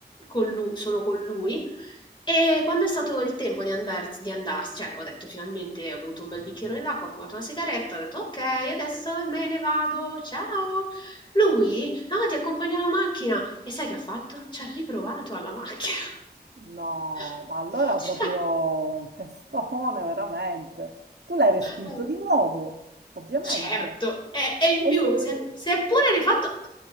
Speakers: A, on the left (about 25°); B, on the right (about 80°).
A: con lu- solo con lui. E quando è stato il tempo di, andar- di andarsene, cioè ho detto finalmente ho bevuto un bel bicchierone d'acqua, ho fumato una sigaretta, ho detto ok, adesso me ne vado, ciao. Lui, no, ti accompagno alla macchina. E sai che ha fatto? Ci ha riprovato alla macchina.
B: No,
A: <laughs>
B: ma allora proprio un testone, veramente. Tu l'hai respinto
A: Cioè,
B: di nuovo, ovviamente.
A: Certo, e e in
B: E
A: più
B: lui?
A: si è si è pure rifatto